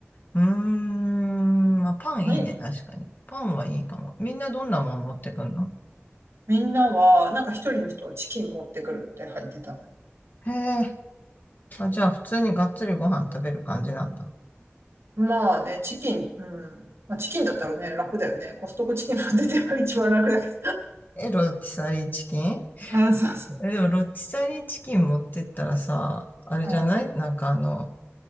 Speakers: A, on the left; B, on the right.
A: ーん、まあ、パンいいね、
B: 何が
A: 確かに。パンはいいかも。みんなどんなもん持ってくんの
B: みんなは、なんか一人の人はチキン持ってくるって入ってた。
A: へえ。あ、じゃあ、普通にがっつりご飯食べる感じなんだ。
B: まあね、チキン、うん。まあ、チキンだったらね、楽だよね。コストコチキン持ってては一番楽だけど。
A: え、ロティサリーチキン
B: <laughs> あ、そうそう。
A: え、でも、ロティサリーチキン持ってったらさ、あれじゃないなんかあの、
B: うん。